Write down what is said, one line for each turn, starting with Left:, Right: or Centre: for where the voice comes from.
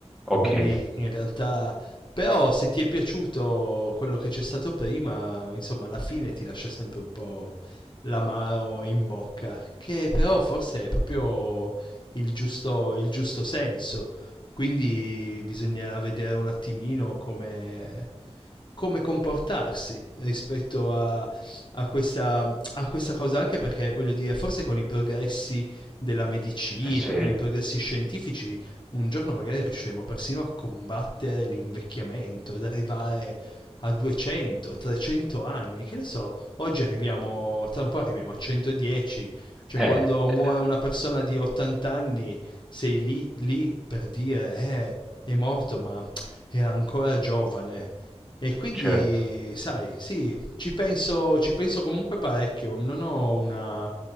Centre: Okay,
Left: Quindi in realtà... Però se ti è piaciuto quello che c'è stato prima, insomma, alla fine ti lascia sempre un po' l'amaro in bocca, che però forse è proprio il giusto, il giusto senso. Quindi bisognerà vedere un attimino come, come comportarsi rispetto a, a questa, a questa cosa, anche perché voglio dire, forse con i progressi della medicina,
Centre: eh sì.
Left: con i progressi scientifici, un giorno magari riusciremo persino a combattere l'invecchiamento, ad arrivare a 200, 300 anni, che ne so, oggi arriviamo, tra un po' arriviamo a 110, cioè
Centre: Eh,
Left: quando muore
Centre: ehm,
Left: una persona di 80 anni sei lì, lì per dire, eh, è morto ma è ancora giovane e quindi,
Centre: certo.
Left: sai, sì, ci penso, ci penso comunque parecchio, non ho una,